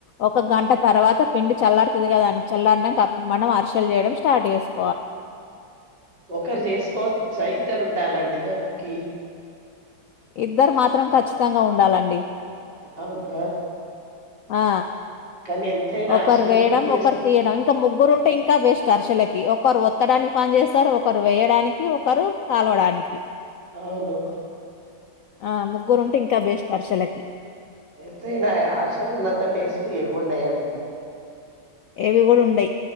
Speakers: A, on the left; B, on the right.
A: ఒక గంట తర్వాత పిండి చల్లారుతుంది కదాని చల్లారినాక అప్పుడు మనం అరిసెలు చేయడం స్టార్ట్ చేసుకుం
B: ఒకరు చేసుకోవచ్చా ఇద్దరు ఉండాలండి దానికి
A: ఇద్దరు మాత్రం కచ్చితంగా ఉండాలండి
B: అవునా
A: ఆ
B: కానీ ఎంతైనా
A: ఒకరు
B: అరిసెలు
A: వేయడం
B: టేస్ట్
A: ఒకరు తీయడం ఇంకా ముగ్గురు ఉంటే ఇంకా బెస్ట్ అరిసెలకి ఒకరు ఒత్తడానికి పని చేస్తారు ఒకరు వేయడానికి ఒకరు కలవడానికి
B: అవును
A: ఆ ముగ్గురుంటే ఇంకా బెస్ట్ అరిసెలకి
B: ఎంతైనా అరిసెలు ఉన్నంత టేస్ట్ ఏవి ఉండవండి
A: ఏవి కూడా ఉండయి